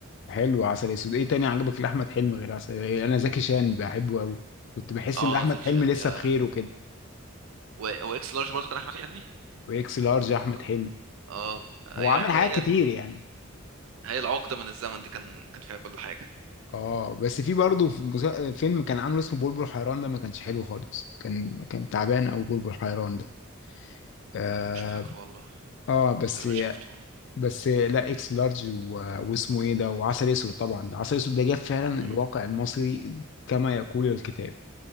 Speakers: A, on the left (about 60°); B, on the right (about 80°).
A: حلو عسل اسود ايه تاني عجبك لاحمد حلمي غير عسل إيه، انا زكي شان بحبه قوي كنت بحس
B: اه
A: ان احمد
B: زكي
A: حلمي
B: شان
A: لسه
B: يا
A: بخير وكده
B: و- هو اكس لارج برضه كان أحمد حلمي
A: واكس لارج احمد
B: ولا
A: حلمي
B: اه أيوة
A: هو عامل حاجات
B: هي ال...
A: كتير يعني
B: هي العقدة من الزمن دي كان كان فيها كل حاجة
A: اه بس في برضه في مسا- فيلم كان عامله اسمه بلبل حيران ده ما كانش حلو خالص كان كان تعبان او بلبل حيران ده اه
B: مش فاكر والله
A: آه، بس
B: غالبا شفته
A: بس لا اكس لارج و... واسمه ايه ده وعسل اسود طبعا ده عسل اسود ده جاب فعلا الواقع
B: مم.
A: المصري كما يقول الكتاب